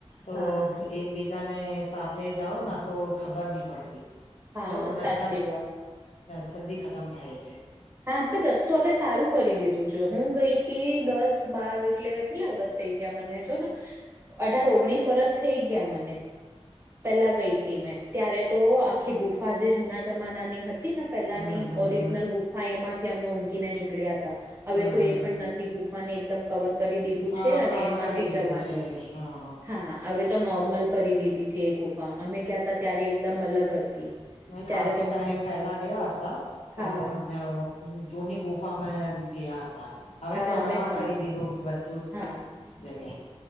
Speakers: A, on the left (about 85°); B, on the right (about 25°).
A: તો
B: હા
A: એકબીજાને સાથે જાઓ તો ખબર નહી પડતી.
B: હા
A: તો રસ્તા
B: સાચી વાત
A: જલ્દી ખતમ થાય છે.
B: હા પણ રસ્તો હવે સારું કરી દીધું છે હું ગઈ હતી દસ બાર એટલે કેટલા વરસ થઈ ગયા મને જો ને અઢાર ઓગણીસ વરષ થઈ ગયા મને. પેલા ગઈ હતી મેં ત્યારે તો આખી ગુફા જે જૂના જમાના ની હતી. હતી ને પેલાની
A: હમ હમ
B: ઓરિજનલ
A: હમ
B: ગુફા એમાંથી અમે ઊંઘીને નીકળ્યા હતા હવે
A: હમ
B: તો એ પણ નથી. થી ગુફાને એકદમ કવર કરી દીધું
A: હા
B: છે અને
A: કવર
B: એમાંથી
A: કરી દીધું
B: જવાનું
A: છે હા
B: હા હવે તો નોર્મલ કરી દીધી છે એ ગુફા અમે ગયા ત ત્યારે એકદમ અલગ હતી. ત્યારે
A: ખાાસસી
B: તમને
A: ટાઈમ પેલા ગયા હતા
B: હા
A: તો જૂની ગુફામાં ગયા હતા હવે
B: હા
A: તો
B: અમે
A: નવા
B: પણ
A: કરી દીધું બધું
B: હા
A: જ જગ્યા